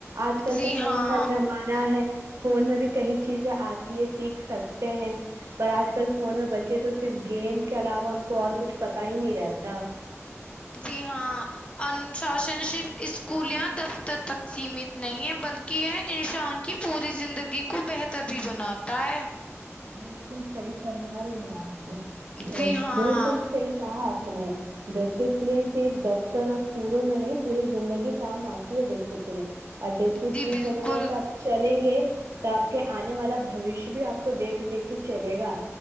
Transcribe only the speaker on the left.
جی
ہاں
جی ہاں ان شاسن صرف اسکول یا دفتر تک سیمت نہیں ہے بلکہ یہ انسان کی پوری زندگی کو بہتر بھی بناتا ہے
جی ہاں
جی بالکل